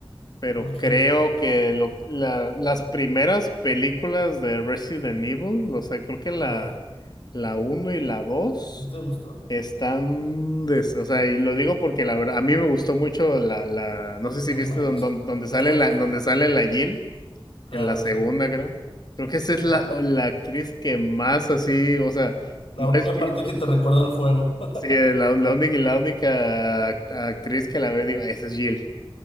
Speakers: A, on the left (about 50°); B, on the left (about 85°).
A: pero
B: Porque
A: creo que lo- la- las primeras películas de Resident Evil, o sea, creo que
B: Ajá.
A: la, la uno y la 2
B: ¿Sí te gustó?
A: están, des- o sea, y lo digo porque la verdad, a mí me gustó mucho la, la, no sé si
B: Muy
A: viste
B: malas,
A: don- don-
B: muy malas.
A: donde, sale la, donde
B: <laughs>
A: sale la Jill,
B: Claro,
A: en la segunda,
B: sí,
A: creo. Creo que esa
B: sí.
A: es la, la actriz que más así, o sea,
B: La
A: no
B: única
A: es Jill,
B: parte
A: no-
B: que te recuerda
A: no-
B: el juego. <laughs>
A: sí, eh, la, la única, la única act- actriz que la ve, digo, esa es Jill,